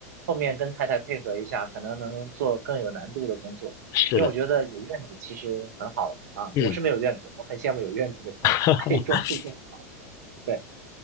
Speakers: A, on the right; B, on the left.
A: 后面跟太太配合一下，可能能做更有难度的工作。
B: 是的，
A: 因为我觉得有院子其实很好啊，
B: 嗯，
A: 我是没有院子，我很羡慕有院子的人，
B: <laughs>
A: <laughs> 可以种树种。对，